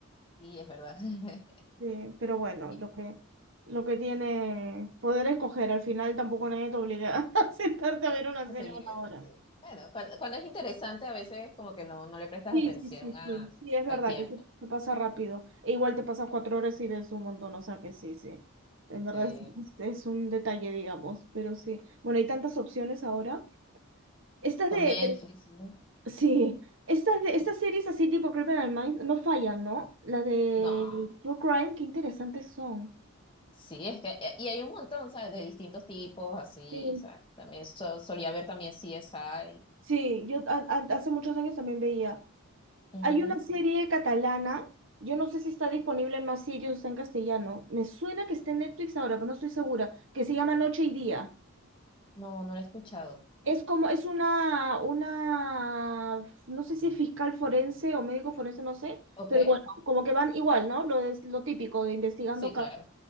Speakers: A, on the left; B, on the right.
A: sí, es verdad. <laughs>
B: Sí, pero bueno,
A: Y
B: lo que, lo que tiene poder escoger, al final tampoco nadie te obliga <laughs> a sentarte a ver una
A: a
B: serie
A: seguir
B: una
A: viendo,
B: hora.
A: sí. Bueno, cuando, cuando es interesante a veces como que no, no le prestas
B: Sí,
A: atención
B: sí, sí,
A: a,
B: sí, sí, es verdad
A: al tiempo.
B: que se, se pasa rápido. E igual te pasas cuatro horas y ves un montón, o sea que sí, sí. Es verdad,
A: Sí.
B: es, <laughs> es- un detalle, digamos, pero sí. Bueno, hay tantas opciones ahora. Estas
A: Con
B: de,
A: Netflix,
B: pero-
A: sí.
B: sí, estas de, estas series así tipo Criminal Minds no fallan, ¿no? Las de
A: No,
B: True Crime, qué interesantes son.
A: sí, es que, eh, y hay un montón, ¿sabes? De distintos tipos, así,
B: Sí,
A: ¿sabes? También so- solía ver también CSI.
B: sí, yo a- a- hace muchos años también veía.
A: Ujú.
B: Hay una serie catalana, yo no sé si está disponible en más sitios, está en castellano. Me suena que está en Netflix ahora, pero no estoy segura, que se llama Noche y Día.
A: No, no lo he escuchado.
B: Es como, es una, una, no sé si es fiscal forense o médico forense, no sé,
A: Ok.
B: pero bueno, como que van igual, ¿no? Lo, es, lo típico de investigando
A: Sí,
B: casos.
A: claro.